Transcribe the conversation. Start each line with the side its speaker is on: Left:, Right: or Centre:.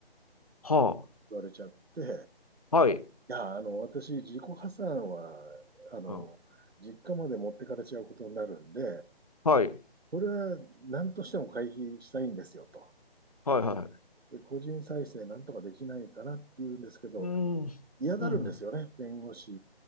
Left: はあ。
Right: 言われちゃって、い
Left: はい。
Right: や、あの、私、自己破産は、あの、
Left: うん。
Right: 実家まで持ってかれちゃうことになるんで、
Left: はい。
Right: それは何としても回避したいんですよと。
Left: はい。はい。
Right: で個人再生なんとかできないかなっていうんですけど、
Left: うん。
Right: 嫌がるんですよね。
Left: うん。
Right: 弁護士